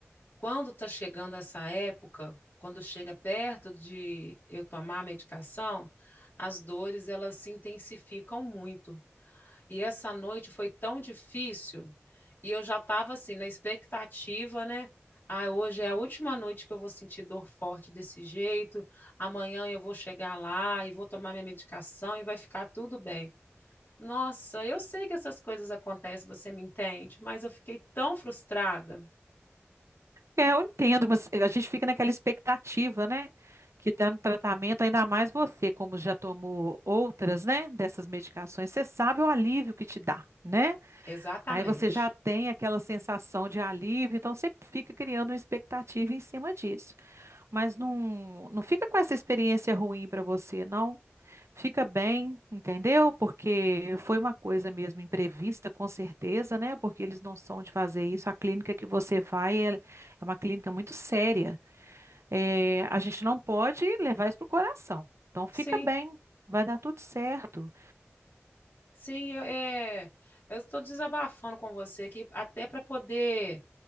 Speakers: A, on the left; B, on the right.
A: quando está chegando essa época, quando chega perto de eu tomar a medicação, as dores elas se intensificam muito. E essa noite foi tão difícil e eu já estava assim na expectativa, né? Ah, hoje é a última noite que eu vou sentir dor forte desse jeito. Amanhã eu vou chegar lá e vou tomar minha medicação e vai ficar tudo bem. Nossa, eu sei que essas coisas acontecem, você me entende, mas eu fiquei tão frustrada.
B: É, eu entendo, mas eh, a gente fica naquela expectativa, né? Que está no tratamento, ainda mais você, como já tomou outras, né? Dessas medicações, você sabe o alívio que te dá, né?
A: Exatamente.
B: Aí você já tem aquela sensação de alívio, então você fica criando uma expectativa em cima disso. Mas não, não fica com essa experiência ruim para você, não. Fica bem, entendeu? Porque foi uma coisa mesmo imprevista, com certeza, né? Porque eles não são de fazer isso. A clínica que você vai é é uma clínica muito séria. É, a gente não pode levar isso pro coração. Então, fica
A: Sim,
B: bem, vai dar tudo certo.
A: Sim, eu, é, eu estou desabafando com você aqui, até para poder